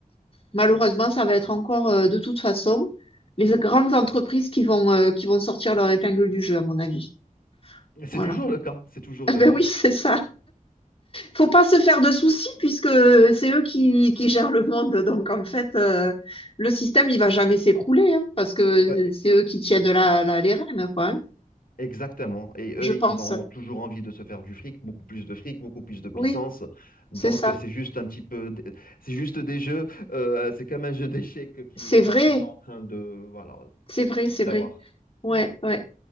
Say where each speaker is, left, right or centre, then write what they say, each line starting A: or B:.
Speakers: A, on the left (about 40°); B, on the left (about 85°).
A: Malheureusement, ça va être encore euh, de toute façon les grandes entreprises qui vont, euh, qui vont sortir leur épingle du jeu, à mon avis.
B: C'est
A: Voilà.
B: toujours le cas, c'est toujours
A: <laughs> Eh
B: le
A: ben
B: cas.
A: oui, c'est ça. Faut pas se faire de soucis puisque c'est eux qui, qui gèrent le monde. Donc en fait, euh, le système, il va jamais s'écrouler hein, parce que
B: Ouais,
A: c'est eux qui tiennent la, la- les rênes, quoi. hein,
B: exactement. Et
A: je
B: eux,
A: pense.
B: ils ont toujours envie de se faire du fric, beaucoup plus de fric, beaucoup plus de puissance.
A: Oui,
B: Donc,
A: c'est ça.
B: c'est juste un petit peu, d- c'est juste des jeux, euh, c'est comme un jeu d'échecs qu'ils
A: C'est
B: qu'ils-
A: vrai.
B: qu'ils sont en train de, voilà,
A: C'est vrai,
B: d'avoir.
A: c'est vrai. Ouais, ouais.